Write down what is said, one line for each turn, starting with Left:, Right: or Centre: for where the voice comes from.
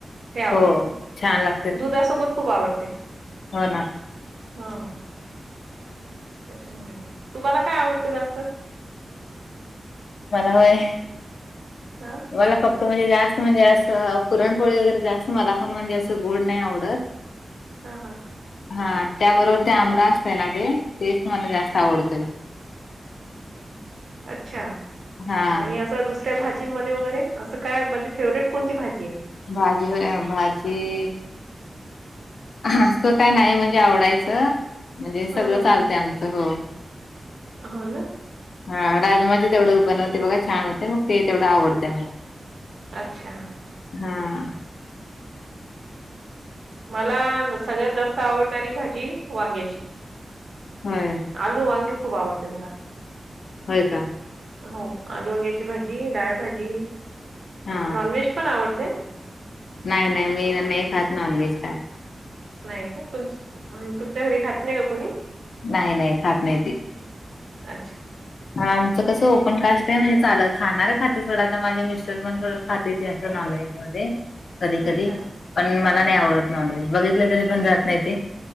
Right: हे आवडते
Left: हो छान ला
Right: दुधासोबत खूप आवडते
Left: ना
Right: हा. त्यामुळे, तुम्हाला काय आवडत जास्त?
Left: मला व्हय?
Right: हा.
Left: मला फक्त म्हणजे जास्त म्हणजे असं पुरणपोळी वगैरे जास्त मला पण म्हणजे असं गोड नाय आवडत.
Right: हा हा.
Left: हा त्याबरोबर ते आंमरा असतंय ना ते तेच मला जास्त आवडतय.
Right: अच्छा
Left: हा
Right: आणि दुस काय भाजींमध्ये वगैरे असं काय म्हणजे फेवरेट कोणती भाजी आहे?
Left: भाजी होय भाजी! अस काय नाही म्हणजे आवडायचं म्हणजे
Right: ह
Left: सगळं
Right: ह
Left: चालतंय आमचं हो.
Right: हो ना.
Left: हां राजमाचे तेवढं बनवते बघा ते तेवढं छान होते मग ते तेवढं आवडतं मला.
Right: अच्छा.
Left: हां.
Right: मला सगळ्यात जास्त आवडणारी भाजी वांग्याची.
Left: होय.
Right: आलू वांगी खूप आवडते मला.
Left: होय का!
Right: हो आलु वांग्याची भाजी, डाळ भाजी.
Left: हा
Right: नॉनव्हेज पण आवडते?
Left: नाही नाही मी नाही खात नॉन व्हेज काय.
Right: नाही का तु तुमच्या घरी खात नाही का कोणी?
Left: नाही नाही खात नाही ती.
Right: अच्छा!
Left: हां आमचं कसं
Right: नाही.
Left: ओपन कास्ट आहे, म्हणजे चालत खाणार खाते सोडा आता माझे मिस्टर पण थोडं खातेती असतं नॉन व्हेज मध्ये कधी कधी.
Right: अच्छा
Left: पण मला नाही आवडत नॉनव्हेज बघितलं तरी पण जात नाही ते.